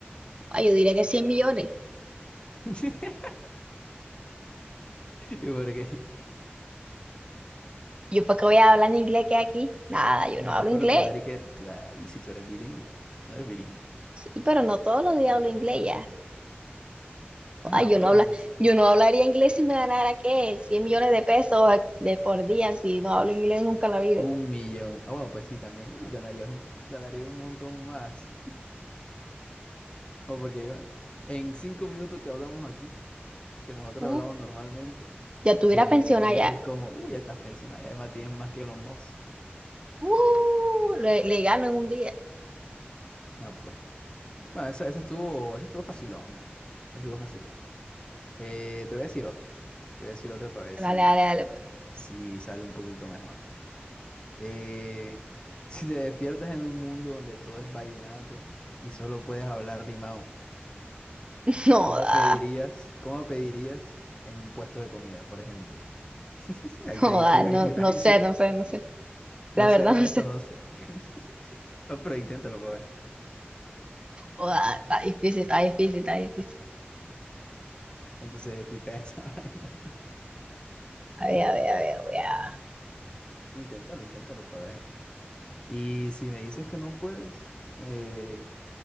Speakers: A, on the right; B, on the left.
A: oa, yo diré que cien millones.
B: <laughs> ¿Y por qué?
A: ¿Yo para qué voy a hablar en inglés que aquí? Nada, yo
B: No,
A: no hablo
B: pero
A: inglés.
B: tú no eres que, tú, ay, si tú eres bilingüe, tú no eres bilingüe.
A: Sí, pero no todos los días hablo inglés
B: Ah,
A: Ay, yo
B: pero
A: no habla,
B: a veces.
A: yo no hablaría inglés si me ganara, ¿qué? cien millones de pesos de por día, si no hablo inglés nunca en la vida.
B: Un millón. Ah, bueno, pues sí, también. uh, ganarías un, ganaría un montón más. O porque yo- en cinco minutos que hablamos aquí, que nosotros
A: Uh,
B: hablamos normalmente,
A: ya tuviera
B: eh,
A: pensión
B: dices
A: allá.
B: como, uy, ya estás pensionado y además tienes más que los Musk.
A: Uh, le, le gano en un día.
B: Ah, pues. Bueno, eso, eso estuvo, eso estuvo facilonga. Eso estuvo facilonga. Eh, te voy a decir otra. Te voy a decir otra para ver
A: Dale,
B: si,
A: dale, dale, pues.
B: si sale un poquito mejor. Eh, <laughs> si te despiertas en un mundo donde todo es vallenato y solo puedes hablar rimado,
A: <laughs> No
B: ¿cómo
A: da,
B: pedirías, cómo pedirías en un puesto de comida, por ejemplo? <laughs> Ahí,
A: no
B: sí- ahí,
A: da,
B: sí-
A: no,
B: ahí,
A: no sé,
B: sí- ahí,
A: no sé, no sé.
B: No
A: La verdad,
B: sé, Ernesto,
A: <laughs> no sé.
B: no sé. <laughs> Ah, Pero inténtalo para ver.
A: No da, está difícil, está difícil, está difícil.
B: Entonces, equipé esa <laughs> vaina.
A: A ver, a ver, a ver, voy a-
B: Inténtalo, inténtalo para ver. Y si me dices que no puedes, eh,